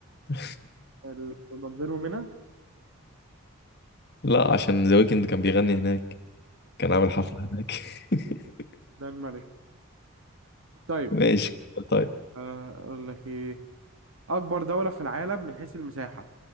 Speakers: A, on the left; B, on the right.
A: <laughs>
B: ال- اللي بينهم هنا
A: لا عشان ذا ويكند كان بيغني هناك كان عامل حفله هناك <laughs>
B: ده الملك طيب
A: ماشي طيب
B: آه، اقول لك ايه اكبر دولة في العالم من حيث المساحة